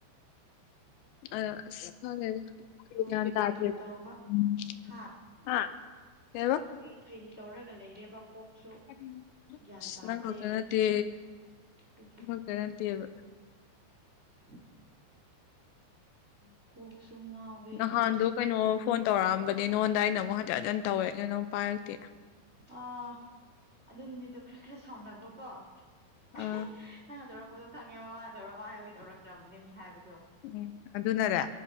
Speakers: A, on the left; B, on the right.
A: ꯑ ꯑꯁ ꯈꯪꯗꯦꯗ ꯀꯔꯤ
B: ꯉꯥꯎꯔꯤ
A: ꯒ꯭ꯌꯥꯟ ꯇꯥꯗ꯭ꯔꯦꯕ
B: ꯐꯩꯔꯤ ꯇꯧꯕ
A: ꯎꯝ
B: ꯍꯥ
A: ꯍꯥ ꯀꯩꯕ
B: ꯉꯥꯎꯔꯤ ꯐꯩꯔꯤ ꯇꯧꯔꯒ ꯂꯩꯔꯦꯕ ꯀꯣꯛꯁꯨ
A: ꯑꯁ
B: ꯒ꯭ꯌꯥꯟ ꯇꯥꯗꯦ
A: ꯅꯪ ꯈꯛꯇ ꯅꯠꯇꯦ
B: ꯑꯗꯨꯒꯤ
A: ꯑꯃꯇ ꯅꯠꯇꯦꯕ
B: <inaudible> ꯀꯣꯛꯁꯨ ꯉꯥꯎꯋꯦ
A: ꯅꯍꯥꯟꯗꯣ
B: ꯀꯔꯤꯁꯨ
A: ꯀꯩꯅꯣ
B: ꯉꯥꯎꯋꯦ
A: ꯐꯣꯟ ꯇꯧꯔꯛꯑꯝꯕ ꯑꯗꯩ ꯅꯉꯣꯟꯗ ꯑꯩꯅ ꯑꯃꯨꯛ ꯍꯟꯖꯟ ꯍꯟꯖꯟ ꯇꯧꯋꯦ ꯑꯗꯨ ꯅꯪ ꯄꯥꯏꯔꯛꯇꯦ
B: ꯑꯥ ꯑꯗꯨ ꯅꯨꯃꯤꯠꯇꯣ ꯈ꯭ꯔ ꯈ꯭ꯔ ꯁꯥꯎꯅꯕꯀꯣ ꯑꯦꯍꯦ
A: ꯑꯥ
B: ꯅꯪꯅ ꯇꯧꯔꯛꯄꯗꯣ ꯈꯪꯉꯦꯕ ꯃꯥꯅ ꯇꯧꯔꯛꯑꯣ ꯍꯥꯏꯕꯒꯤ ꯇꯧꯔꯛ ꯔꯝꯒꯅꯤ ꯍꯥꯏꯕ
A: ꯎꯝ ꯑꯗꯨꯅꯔ